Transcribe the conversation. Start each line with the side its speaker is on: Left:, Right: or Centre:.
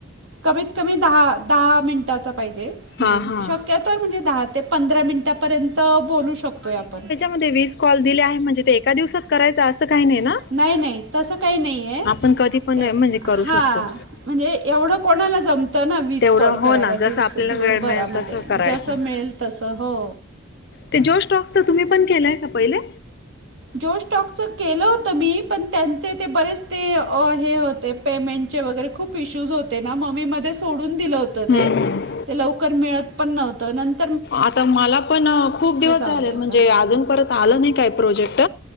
Right: कमीत कमी दहा-दहा मिनिटाचा पाहिजे, म्हणजे
Left: हां हां.
Right: शक्यतो पण, म्हणजे दहा ते पंधरा मिनिटांपर्यंत बोलू शकतोय आपण
Left: मध्ये वीस कॉल दिले आहेत, म्हणजे ते एका दिवसात करायचं असं काही नाही ना?
Right: नाही, नाही, तसं काही नाही आहे,
Left: आपण कधी पण
Right: ते
Left: म्हणजे करू
Right: हा
Left: शकतो.
Right: म्हणजे एवढं कोणाला जम त ना, वीस
Left: तेवढं
Right: कॉल
Left: हो
Right: करायला
Left: ना
Right: दिवसभरामध्ये,
Left: जसं आपल्याला वेळ मिळेल तसं करायचं.
Right: जसं मिळेल तसं, हो
Left: ते जिओ स्टॉक्सच तुम्ही पण केलंय का पहिले
Right: जिओ स्टॉकच केलं होतं मी पण त्यांचे ते बरेच ते हे होते पेमेंट चे वगैरे खूप इश्यूज होते ना, मग मी मध्ये सोडून दिलं होतं
Left: हम्म
Right: ते ते लवकर मिळत पण नव्हतं नंत
Left: आता मला पण खूप दिवस
Right: जाऊ
Left: झाले,
Right: दे
Left: म्हणजे
Right: आता
Left: अजूनपरत आलं नाही काय प्रोजेक्ट,